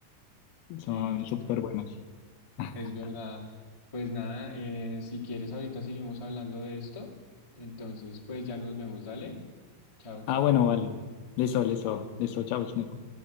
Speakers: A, on the left (about 25°); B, on the left (about 80°).
A: Sí,
B: Son
A: total.
B: súper buenos. <laughs>
A: Es verdad. Pues nada, eh, si quieres ahorita seguimos hablando de esto. Entonces, pues ya nos vemos. Dale. Chao, chao.
B: Ah, bueno, vale. Listo, listo, listo. Chao, Nico.